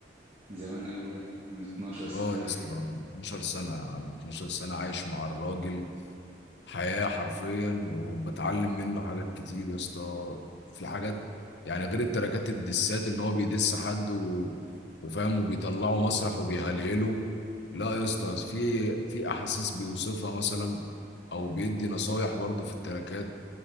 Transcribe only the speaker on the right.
من زمان قوي ده من 12 سنه
تقريبا